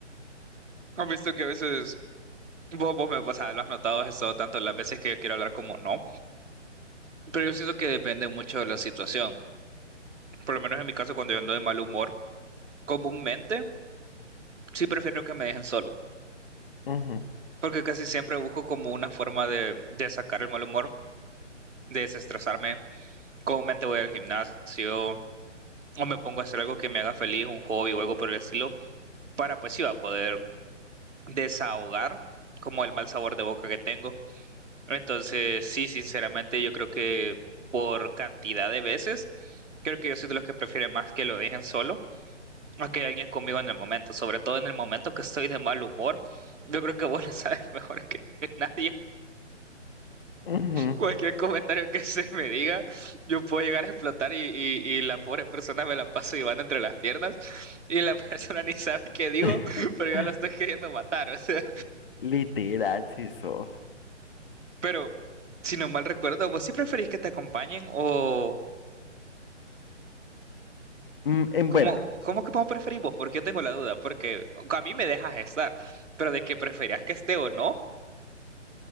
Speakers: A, on the right; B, on the left.
A: Has visto que a veces vos, vos me, o sea, lo has notado eso tanto las veces que yo quiero hablar como no. Pero yo siento que depende mucho de la situación. Por lo menos en mi caso, cuando yo ando de mal humor, comúnmente sí prefiero que me dejen solo.
B: Ujú,
A: Porque casi siempre busco como una forma de, de sacar el mal humor, de desestresarme. Comúnmente voy al gimnasio o me pongo a hacer algo que me haga feliz, un hobby o algo por el estilo, para pues sí va a poder desahogar como el mal sabor de boca que tengo. Entonces, sí, sinceramente, yo creo que por cantidad de veces, creo que yo soy de los que prefieren más que lo dejen solo a que alguien conmigo en el momento, sobre todo en el momento que estoy de mal humor. Yo creo que vos lo sabes <laughs> mejor que que nadie.
B: ujú.
A: Cualquier comentario que se me diga, yo puedo llegar a explotar y, y, y la pobre persona me la paso llevando entre las piernas y la <laughs> persona ni sabe qué digo,
B: <laughs>
A: pero ya la estoy queriendo matar. O sea,
B: Literal, si sos.
A: Pero, si no mal recuerdo, ¿vos sí preferís que te acompañen o
B: Mm, em,
A: cómo,
B: bueno,
A: cómo que cómo preferís vos? Porque yo tengo la duda, porque a mí me dejas estar, pero de que preferías que esté o no,